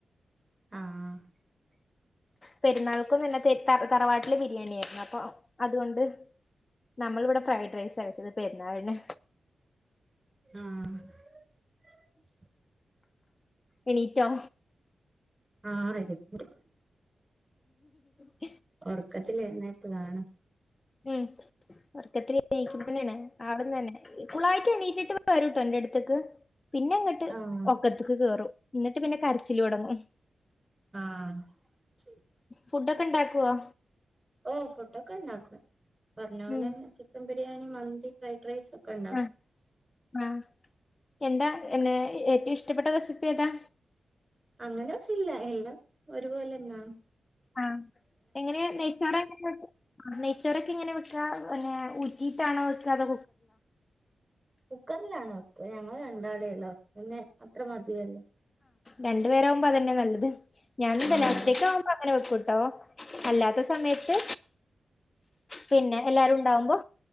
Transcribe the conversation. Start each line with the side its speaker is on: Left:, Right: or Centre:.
Right: ആഹ <unintelligible>
Left: പെരുന്നാൾക്കുംല്ലെ ത തറവാട്ടില് ബിരിയാണി ആയിരുന്നു അപ്പൊ അതുകൊണ്ട് നമ്മളിവിടെ ഫ്രൈഡ് റൈസ് അയച്ചത് പെരുന്നാളിന്
Right: ആഹ <unintelligible>
Left: എണീറ്റോ
Right: ആഹ <unintelligible>
Left: ഉ <inaudible>
Right: ഉറക്കത്തിലായി എന്നായിട്ട് കാണും
Left: ഉം <inaudible> വർക്കത്തിക്കന്നെയാണ് അവിടന്ന തന്നെ ഫുളായിട്ട് എണീറ്റിട്ട് വരൂട്ടോ എന്റെ അടുത്തേക്ക് പിന്നെ ഇങ്ങിട്ട്
Right: ആഹ്
Left: ഒക്കത്തക്ക് കേറും എന്നിട്ട് പിന്നെ കരച്ചിൽ മുടങ്ങും
Right: ആഹ <unintelligible>
Left: ഫുഡ ഒക്കെ ഉണ്ടാക്കുവോ
Right: ഓ ഫുഡ് ഒക്കെ ഉണ്ടാക്കും പറഞ്ഞ പോലെ
Left: ഉം
Right: തന്നെ ചിക്കൻ ബിരിയാണി മന്തി കൈ ഫൈട്രൈസ് ഒക്കെ ഉണ്ടാക്കും
Left: ആഹ് ആഹ് എന്താ എന്നെ ഏറ്റവും ഇഷ്ടപ്പെട്ട റെസിപ്പി ഏതാ
Right: അങ്ങനെഇല്ല എല്ലാം ഒരുപോലെന്നാ
Left: ആഹ എങ്ങനെയാ നെയച്ചാറ നെയച്ചോറൊക്കെ ഇങ്ങനെ വെക്കാ പിന്നെ ഊറ്റിയിട്ടാണോ വെക്കാതെ
Right: കുക്കറിലണ ഞങ്ങൾ രണ്ടാളെയല്ലോ പിന്നെ അത്ര മതിയയല്ലേ
Left: രണ്ടു പേരാ ആകുമ്പോ അതന്നെ നല്ലത് ഞാന
Right: ആഹ്
Left: എല്ല ഒറ്റേക്ക
Right: അതെ
Left: ആവുമ്പ അങ്ങന വെക്കട്ടോ അല്ലാത്ത സമയത്ത് പിന്നെ എല്ലാരും ഉണ്ടാവുമ്പോ